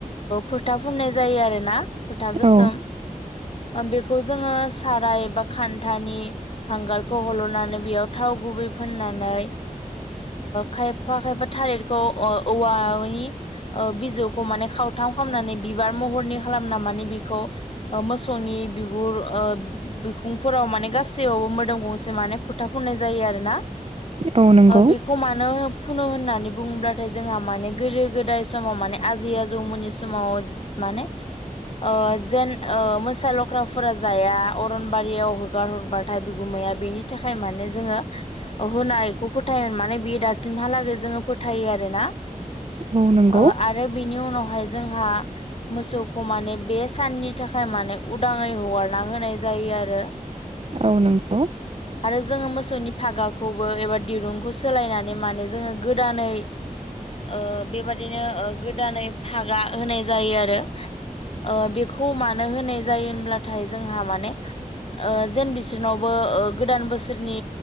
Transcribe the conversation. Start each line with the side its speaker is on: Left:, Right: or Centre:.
Left: फोथा फुननाय जायो आरोना फोथा गोसोम।
Right: औ
Left: बेखौ जोङो साराय एबा खान्थानि हांगारखौ हल'नानै बेयाव थाव गुबै फोननानै। खायफा खायफा थालिरखौ औवानि बिजौखौ माने गाव थ खालामनानै बि बिबार महरनि खालामना माने बेखौ मोसौनि बिगुर ओ बिखुंफोराव मे माने गासैयावबो मोदोम गंसे माने फुथाफुननाय जायो आरोना।
Right: औ नंगौ
Left: ओ बेखौ मानो फुनो होननानै बुङोब्लाथाय जोंहा माने गोदो गोदाय समाव माने आजै आजौमोननि समाव माने ओ जेन ओ मोसा लख्राफोरा जाया अरनबारियाव हगार हरबाथाय बिगुमै या बेनि थाखाय माने जोङो होनायखौ फोथायोम माने बेयो दासिमहालागै जोङो फोथाय यो आरो ना
Right: औ नंगौ
Left: ओ आरो बेनि उनावहाय जोंहा मोसौखौ माने बे साननि थाखाय माने उदाङै हगारना होनाय जायो आरो।
Right: औ नंगौ।
Left: आरो जोङो मोसौनि फागाखौबो एबा दिरुंखौ सोलायनानै माने जोङो गोदानै ओ बेबादिनो गोदानै फागा होनाय जायो आरो। ओ बेखौ मानो होनाय जायो होनब्लाथाय जोंहा माने ओ जेन बिसोरनावबो गोदान बोसोरनि